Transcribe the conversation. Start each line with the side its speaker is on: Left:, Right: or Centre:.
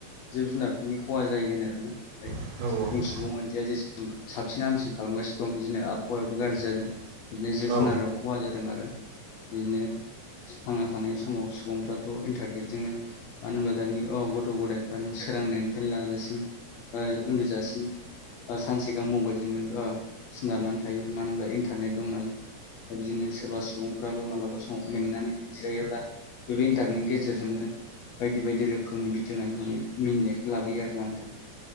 Left: जिब जुनारफोरनि खहा जायो होनो आरो ना। फ्राय
Right: औ
Left: जों
Right: औ
Left: सुबुं मानसिया जेसेबां साबसिन हामसिन खालामगासिनो दं बिदिनो आबहावायाबो
Right: औ नंगौ
Left: गाज्रि जादों।
Right: औ
Left: बिदिनो जिब
Right: औ
Left: जुनाराबो खहा जादों आरो बिदिनो थांना थानाय समाव सुबुंफ्राथ' इन्टारनेटजोंनो मानो होनब्ला दानि अ गथ' गथायफ्रानो सोरांनायनिफ्रायनो लाजासिम ओ उन्दुजासिम ओ सानसेगां मबाइलजोंनो ओ सोनारनानै थायो मानो होनबब्ला इन्टारनेट दं नालाय बिदिनो सोरबा सुबुंफ्राबो मालाबा समाव मेंनानै जिरायोब्ला बे इन्टारनेटनि गेजेरजोंनो बायदि बायदि रोखोमनि भिडिअ नायनानै मिनिनायखौ लाबोयो आरोना नोंथां